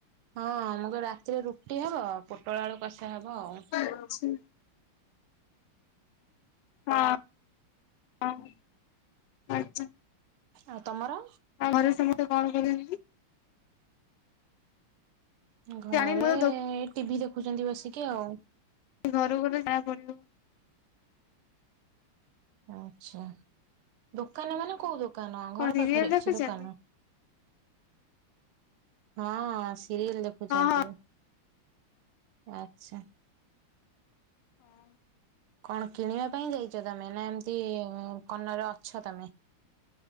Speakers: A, on the right; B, on the left.
A: ହଁ ହଁ ମୁଁ କ ରାତିରେ ରୁଟି ହବ ପୋଟଳ ଆଳୁ କଷା ହବ ଆଉ।
B: ହଛି। ହଁ <inaudible> ଆଚ୍ଛା।
A: ଆଉ ତମର?
B: ଆଉ ଘରେ ସମତେ କଣ କରୁସିନ୍ତି।
A: ଘରେ
B: ଜାଣିନି ମୋର
A: ଏ ଟିଭିି ଦେଖୁଛନ୍ତି ବସିକି ଆଉ।
B: ସେ ଘରକୁ ଗଲେ ଜାଣା ପଡିବ।
A: ଆଛା ଦୋକାନ ମାନେ କୋଉ ଦୋକାନ
B: କଣ
A: ଘର
B: ସିରିଏଲ
A: ପାଖରେ
B: ଦେଖୁଛନ୍ତି?
A: କିଛି ଦୋକାନ। ହଁ ସିରିଏଲ ଦେଖୁଚନ୍ତି।
B: ହଁ ହଁ।
A: ଆଚ୍ଛା।
B: ହଁ।
A: କଣ କିଣିବା ପାଇଁ ଯାଇଛ ତମେ ନା ଏମିତି କନରେ ଅଛ ତମେ?